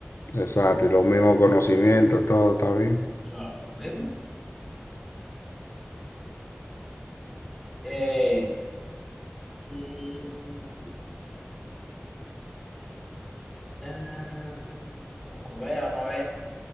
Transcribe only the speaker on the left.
Exacto, y los mismos conocimientos, todo está bien.